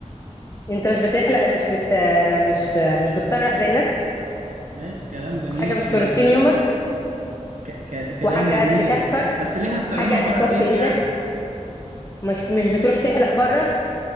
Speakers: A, on the left; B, on the right.
A: انت مش بتحلق مش بت مش مش بتسرح زي الناس
B: ماشي كلام جميل
A: حاجه مش
B: ايه
A: في
B: ده
A: روتين
B: ثاني
A: يومك
B: ك ك كلام
A: وحاجه
B: جميل
A: قد كفك
B: بس ليه هستخدمها
A: حاجه قد
B: بره
A: كف
B: البيت
A: ايدك
B: يعني
A: مش مش بتروح تحلق بره